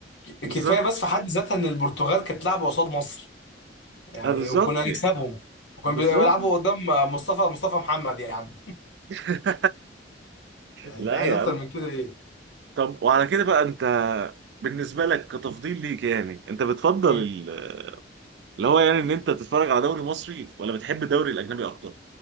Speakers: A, on the left (about 85°); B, on the right (about 65°).
A: كفايه
B: بالظبط
A: بس في حد ذاتها ان البرتغال كانت لعبه قصاد مصر يعني
B: آه بالظبط
A: وكنا هنكسبهم
B: يعني.
A: وكانوا
B: بالظبط
A: بيلعبوا قدام مصطفى مصطفى محمد يا عم
B: <laughs>
A: يعني
B: لا
A: انت عايز
B: يا
A: اكتر
B: عم
A: من كده ايه
B: طب وعلى كده بقى أنت بالنسبة لك كتفضيل ليك يعني أنت بتفضل
A: مم.
B: ال- اللي هو يعني إن أنت تتفرج على دوري مصري ولا بتحب الدوري الأجنبي أكتر؟